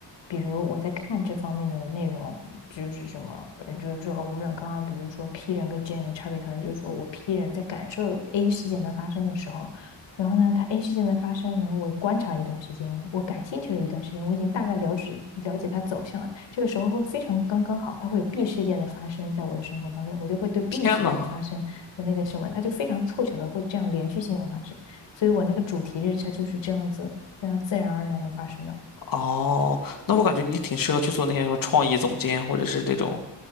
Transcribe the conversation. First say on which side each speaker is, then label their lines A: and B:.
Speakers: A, on the left; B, on the left.
A: 比如我在看这方面的内容，就是什么，呃就是说我们俩刚刚比如说 P 人跟 J 人的差别，可能就是说我 P 人在感受 A 事件的发生的时候，然后呢，它 A 事件的发生，然后我观察了一段时间，我感兴趣了一段时间，我已经大概了解了解它走向了。这个时候会非常刚刚好，它会有 B 事件的发生在我的生活当中，我就会对 B
B: 天呐，
A: 事件的发生和那个什么，它就非常凑巧的会这样连续性的发生，所以我那个主题日它就是这样子非常自然而然的发生的。
B: 哦，那我感觉你挺适合去做那些什么创意总监，或者是这种